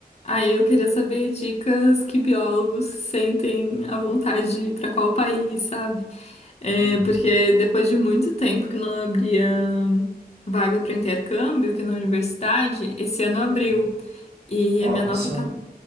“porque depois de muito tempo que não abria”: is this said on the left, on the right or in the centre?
Left